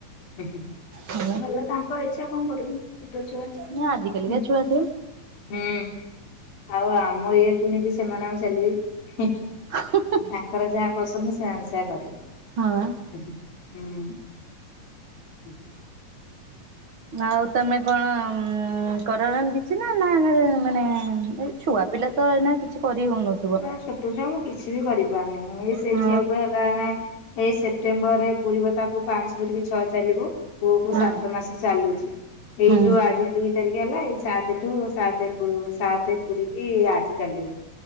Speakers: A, on the left; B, on the right.
A: ହୁଁ।
B: ହେଲା।
A: ଭଲ ତାଙ୍କ ଇଛା କଣ କରିବୁ। ଛୋଟ ଛୁଆ
B: ନା ଆଜିକାଲିକା
A: ହୁଁ।
B: ଛୁଆ ସିଏ
A: ଆଉ ଆମ ଇଏକୁ ନେଇକି ସେମାନେ ଆଉ ଚାଲିବେକି ହୁଁ।
B: ହଁହଁହଁ
A: ତାଙ୍କର ଯାହା ପସନ୍ଦ ସେମାନେ ସେୟା କରିବେ। ହୁଁହୁଁ,
B: ହଁ ବା।
A: ହୁଁ ଉଁହୁଁ।
B: ଆଉ ତମେ କଣ-ଉଁ-ଉଁ-ଉଁ କରନା କିଛି ନା, ନା ଖାଲି ମାନେ ଏ ଛୁଆ ପିଲା ତ ଏଇନା କିଛି କରି ହଉନ
A: ପୁରା ଛୋଟ ଛୁଆ ମୁଁ କିଛି ବି କରି ପାରୁନି, ଏଇ ସେଇ
B: ହଁ
A: ଝିଅକୁ ହେଲା ଏଇନା ଏଇ ସେପ୍ଟେମ୍ବରରେ ପୁରିବ ତାକୁ ପାଞ୍ଚ ପୁରିକି ଛଅ ଚାଲିବ। ପୁଅକୁ
B: ହଁ
A: ସାତ ମାସେ ଚାଲୁଚି, ଏଇ
B: ହଁ
A: ଯୋଉ ଆଜି ଦୁଇ ତାରିଖ ହେଲା ଏଇ ସାତେଠୁ ସାତେ ସାତେ ପୁରିକି ଆଠ ଚାଲିବ।